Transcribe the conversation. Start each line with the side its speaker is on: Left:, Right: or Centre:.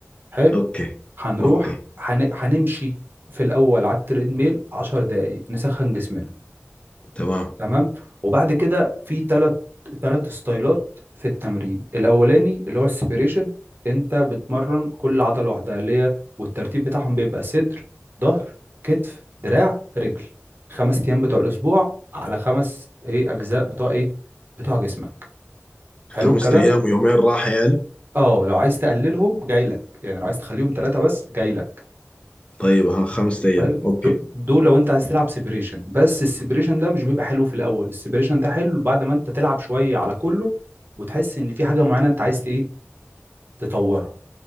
Right: حلو
Left: أوكي
Right: هنروح
Left: أوكي
Right: هن... هنمشي في الاول على التريدميل 10 دقايق نسخن جسمنا
Left: تمام
Right: تمام وبعد كده في ثلاث ثلاث ستايلات في التمرين الاولاني اللي هو السبيريشن انت بتمرن كل عضلة لوحدها اللي هي والترتيب بتاعهم بيبقى صدر ظهر كتف دراع رجل خمس ايام بتوع الاسبوع على خمس ايه اجزاء بتوع ايه بتوع جسمك
Left: خمسة
Right: حلو الكلام
Left: أيام ويومين راحة يعني
Right: اه لو عايز تقللهم جاي لك يعني لو عايز تخليهم ثلاثة بس جاي لك
Left: طيب ها خمس ايام
Right: حلو
Left: اوكي
Right: دول دول لو انت عايز تلعب سيبريشن بس السيبريشن ده مش بيبقى حلو في الاول السيبريشن ده حلو بعد ما انت تلعب شوية على كله وتحس ان في حاجة معينة انت عايز ت- ايه تطورها